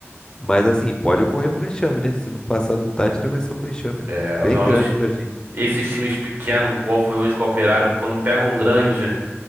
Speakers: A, on the left (about 15°); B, on the right (about 45°).
A: mas assim, pode ocorrer um vexame, né? Se não passar do Táchira vai ser um vexame
B: É,
A: bem
B: nós,
A: grande pra gente.
B: esses times pequenos, igual foi hoje com o Operário, quando pegam um grande,